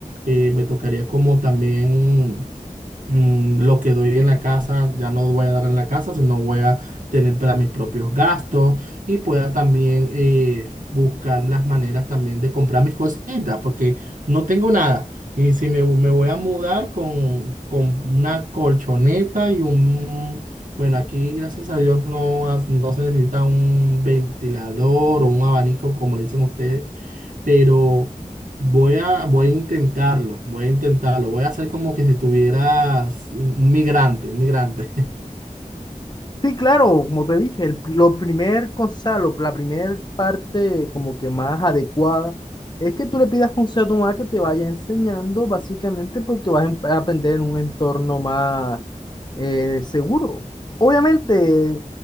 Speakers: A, on the right (about 70°); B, on the left (about 30°).
A: eh, me tocaría como también mm, lo que doy en la casa, ya no voy a dar en la casa, sino voy a tener para mis propios gastos y pueda también eh, buscar las maneras también de comprar mis cositas, porque no tengo nada. Y si me, me voy a mudar con, con una colchoneta y un... Bueno, aquí gracias a Dios no, ha- no se necesita un ventilador o un abanico, como le dicen ustedes, pero voy a, voy a intentarlo, voy a intentarlo, voy a hacer como que si tuvieras un, un migrante, un migrante.
B: Sí, claro, como te dije, el, lo primer consejo, la primer parte como que más adecuada es que tú le pidas consejo a tu mamá que te vaya enseñando, básicamente porque vas a em- a aprender en un entorno más eh, seguro. Obviamente,